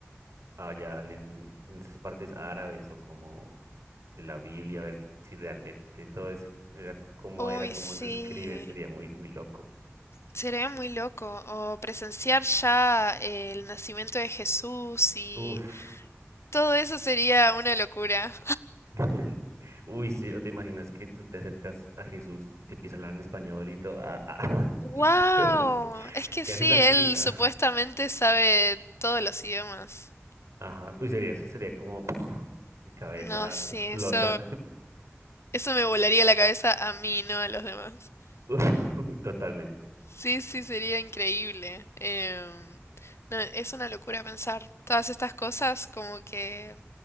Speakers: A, on the right; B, on the left.
A: allá en, en en esas partes árabes o como de la Biblia, ver si realmente todo eso era c- cómo
B: Uy,
A: era, cómo
B: sí.
A: lo escriben, sería muy, muy loco.
B: Sería muy loco, o presenciar ya el nacimiento de Jesús y
A: Uf,
B: todo eso sería una locura.
A: <laughs> Uy, sí, o te imaginas que tú te acercas a Jesús y te empieza a hablar en español y todo. "Ah, ah,
B: ¡Wow!
A: <laughs>
B: <laughs> Es que
A: ¿Qué
B: sí,
A: haces aquí?
B: él
A: Ah,
B: supuestamente sabe todos los idiomas.
A: Ajá. Uy, sería eso, sería como puf, mi cabeza
B: No, sí,
A: explota.
B: eso, eso me volaría la cabeza a mí, no a los demás.
A: <laughs> Uy, Totalmente.
B: Sí, sí, sería increíble. Em, no, es una locura pensar todas estas cosas, como que